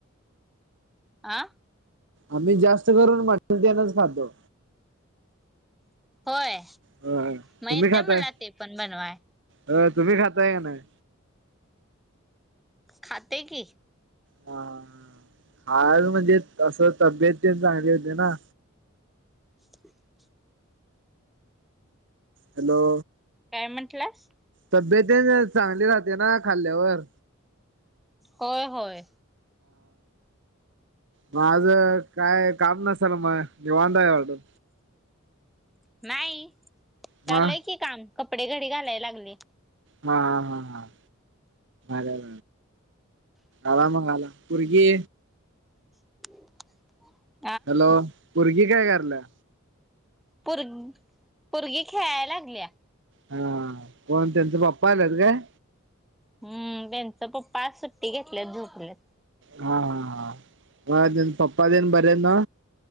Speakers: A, in the centre; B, on the right (about 60°).
A: आं?
B: आम्ही जास्त करून मटन तेनच खातो.
A: होय
B: होय
A: मग येतेय
B: तुम्ही खाताय
A: मला ते पण बनवाय.
B: होय. तुम्ही खाताय काय नाही.
A: खाते की,
B: हा आल म्हणजे तस तब्येत तेन चांगली होते ना.
A: <unintelligible>
B: हॅलो!
A: काय म्हणलास?
B: तब्येत तेन चांगली राहते, ना खाल्ल्यावर.
A: होय होय.
B: माझ काय काम नसेल मग निवांत आज आहे.
A: नाही चालय
B: मग
A: की काम, कपडे घडी घालायला लागले.
B: हा हा हा हा बर. आला मग आला पोरगी.
A: <inaudible>
B: हॅलो पोरगी काय कराल्या?
A: पोरं पोरगी खेळायला लागल्या.
B: हा कोण त्यांचा पप्पा आलात काय.
A: हम्म त्यांच पप्पा सुट्टी घेतल्यात झोपल्यात.
B: हा हा हा पप्पा देन बरे ना.